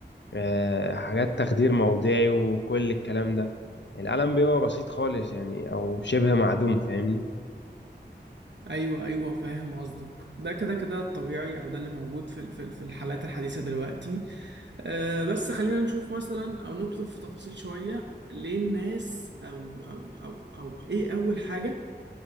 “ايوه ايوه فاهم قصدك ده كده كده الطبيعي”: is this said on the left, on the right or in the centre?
Right